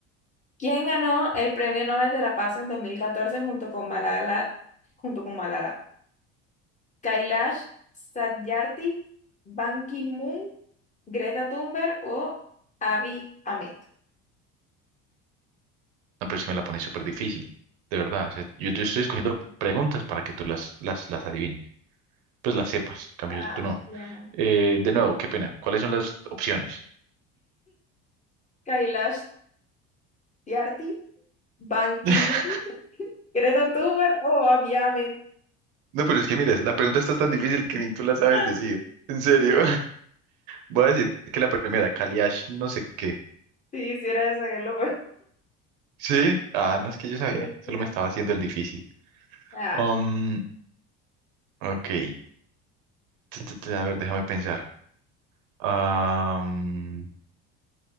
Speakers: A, on the left; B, on the right.
A: ¿quién ganó el Premio Nobel de la Paz en 2014 junto con Malala, junto con Malala? Kailash Satyarthi, Ban Ki-moon Greta Thunberg o Abiy Ahmed.
B: No, pero es que me la pone súper difícil, de verdad. O sea, yo, yo estoy escogiendo preguntas para que tú las, las, las adivines, pues las sepas. En cambio,
A: Ah,
B: tú no.
A: sí, ajá.
B: Eh, de nuevo, qué pena. ¿Cuáles son las opciones?
A: Kailash Tyagi, Ban Ki-moon,
B: <laughs>
A: Greta Thunberg o Abiy Ahmed.
B: No, pero es que mira, la pregunta está tan difícil que ni tú la sabes
A: <laughs>
B: decir. En serio. Voy a decir que la primera, Kaliash, no sé qué.
A: Si hiciera esa, qué loco.
B: Sí, ah, no es que yo sabía,
A: Sí,
B: solo
A: sí.
B: me estaba
A: sí.
B: haciendo el difícil.
A: Ah,
B: Um, ok, Tu, tu, tu, a ver, déjame pensar. Am,